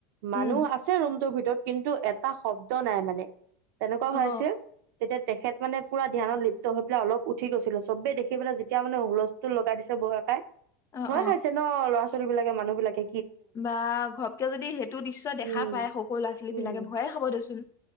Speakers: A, on the right; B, on the left.
A: মানুহ
B: উম
A: আছে ৰুমটোৰ ভিতৰত কিন্তু এটা শব্দ নাই মানে। তেনেকুৱা হৈ
B: অ
A: আছিল তেতিয়া তেখেত মানে পুৰা ধ্যানত লি হৈ পেলাই অলপ উঠি গৈছিলে, চবে দেখি পেলাই যেতিয়া মানে হল তুন লগাই দিছে বৌয়ে পায়
B: অ
A: <inaudible> ভয়
B: অ
A: খাইছে ন ল'ৰা ছো ছোৱালীবিলাকে মানুহবিলাকে
B: বা ঘপকে যদি সেইটো দৃশ্য দেখা
A: উম
B: পায়। সৰু সৰু ল'ৰা ছোৱালী
A: উম
B: বিলাকে ভয়ে খাব দেচোন